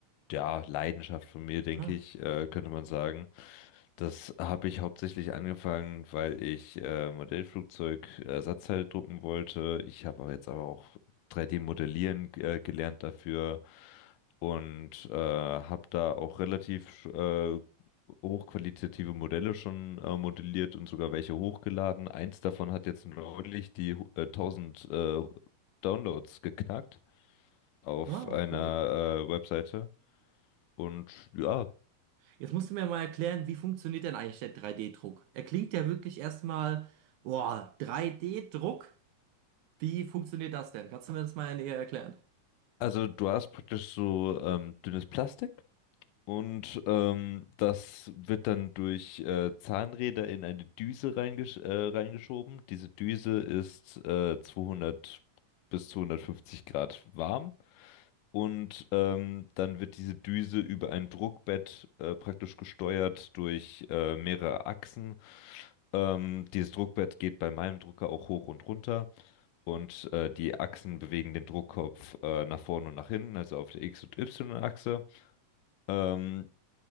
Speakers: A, on the left (about 80°); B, on the right (about 80°).
A: ja, Leidenschaft von mir, denke
B: ah,
A: ich, äh, könnte man sagen. Das habe ich hauptsächlich angefangen, weil ich äh, Modellflugzeug äh, Ersatzteile drucken wollte. Ich habe aber jetzt aber auch 3D-Modellieren äh, gelernt dafür und äh, habe da auch relativ äh, hochqualitative Modelle schon äh, modelliert und sogar welche hochgeladen. Eins davon hat jetzt neulich die hu- äh, 1000 äh, Downloads geknackt auf
B: ah,
A: einer
B: cool.
A: äh, Webseite. Und ja,
B: Jetzt musst du mir mal erklären, wie funktioniert denn eigentlich der 3D-Druck? Er klingt ja wirklich erstmal, boah, 3D-Druck? Wie funktioniert das denn? Kannst du mir das mal näher erklären?
A: also du hast praktisch so ähm, dünnes Plastik und ähm, das wird dann durch äh, Zahnräder in eine Düse reingesch äh, reingeschoben. Diese Düse ist äh, 200 bis 250 Grad warm und ähm, dann wird diese Düse über ein Druckbett äh, praktisch gesteuert durch äh, mehrere Achsen. Ähm, dieses Druckbett geht bei meinem Drucker auch hoch und runter. und äh, die Achsen bewegen den Druckkopf äh, nach vorne und nach hinten, also auf der X- und Y-Achse. Ähm,